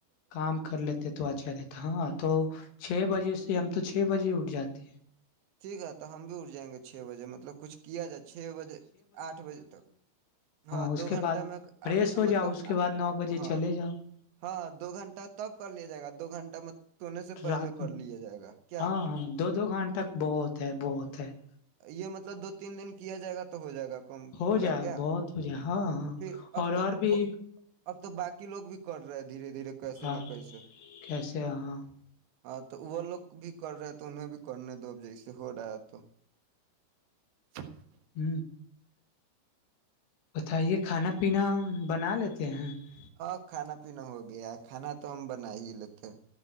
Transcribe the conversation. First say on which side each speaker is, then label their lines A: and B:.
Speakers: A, on the left; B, on the right.
A: کام کر لیتے تو اچھا رہتا ہاں تو چھ بجے سے ہم تو چھ بجےٹ جاتی ہیں <unintelligible>
B: ٹھیک ہے تو ہم بھی اٹ جائیں گے چھ بجے مطلب کچھ کیا جائے چھ بجے آٹھ بجے تک ہاں
A: اس
B: دو
A: کے
B: گھنٹہ
A: بعد
B: میں
A: فریش ہو
B: مطلب
A: جاؤ اس کے بعد نو بجے
B: ہاں
A: چلے جاؤ
B: ہاں دو گھنٹہ تب کر لیا جائے گا دو گھنٹہ سونے سے پہلے
A: رات
B: کر
A: میں
B: لیا جائے گا کیا
A: ہاں
B: <unintelligible>
A: ہاں دو دو گھنٹہ بہت ہے بہت ہے <unintelligible>
B: یہ مطلب دو تین دن کیا جائے گا تو ہو جائے گا <unintelligible>
A: ہو
B: پورا
A: جائے
B: کیا
A: گا بہت ہو جائے گ ہاں ہاں
B: پھر اب
A: اور
B: تو
A: اور بھی
B: ب- اب تو باقی لوگ بھی کر رہے ہیں <unintelligible> دھیرے دھیرے کیسے
A: ہاں
B: نہ کیسے <unintelligible>
A: کیسے ہاں
B: ہاں تو وہ لوگ بھی کر رہے ہیں تو انہیں بھی <unintelligible> کرنے دو اب ج سے ہو رہایا تو <unintelligible>
A: ہ بتائیے کھانا پینا بنا لیتے ہیں <unintelligible>
B: ہاں کھانا پینا ہو گیا ہے کھانا تو ہم بنا ہی لیتے